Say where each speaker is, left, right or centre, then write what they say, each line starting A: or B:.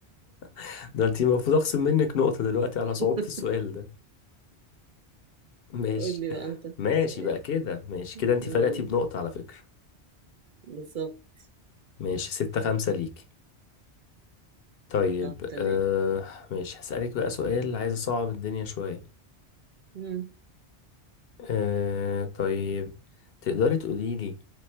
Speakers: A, on the left; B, on the right.
A: <laughs> ده انت المفروض اخصم منك نقطة دلوقتي على صعوبة
B: <laughs>
A: السؤال ده ماشي
B: قول لي بقى أنت
A: ماشي
B: السؤال
A: بقى كده ماشي كده انت
B: مم،
A: فرقتي بنقطة على فكرة
B: بالظبط
A: ماشي ستة خمسة ليك طيب
B: طب تمام
A: آه ماشي هسألك بقى سؤال عايز اصعب الدنيا شوية
B: مم.
A: آه طيب تقدري تقولي لي